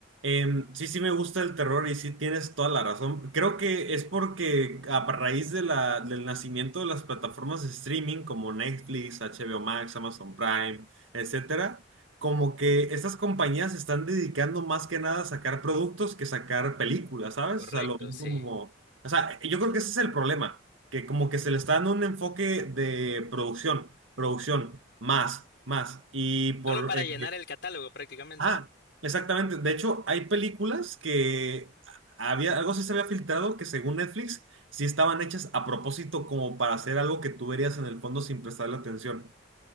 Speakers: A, on the right; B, on the left.
A: Em, sí, sí me gusta el terror y sí tienes toda la razón. Creo que es porque a raíz de la, del nacimiento de las plataformas de streaming como Netflix, HBO Max, Amazon Prime, etcétera, como que estas compañías se están dedicando más que nada a sacar productos que sacar películas, ¿sabes?
B: Correcto,
A: O sea, lo ven
B: sí.
A: como... O sea, yo creo que ese es el problema, que como que se le está dando un enfoque de producción, producción, más, más. Y por...
B: Solo para
A: eh,
B: llenar el catálogo prácticamente.
A: Ah, exactamente. De hecho, hay películas que había, algo sí se había filtrado que según Netflix sí estaban hechas a propósito como para hacer algo que tú verías en el fondo sin prestarle atención.